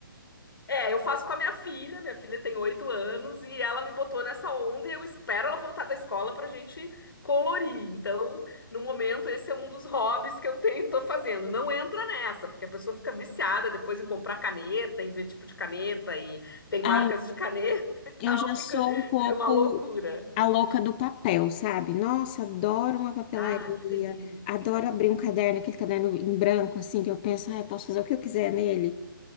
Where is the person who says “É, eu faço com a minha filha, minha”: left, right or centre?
Left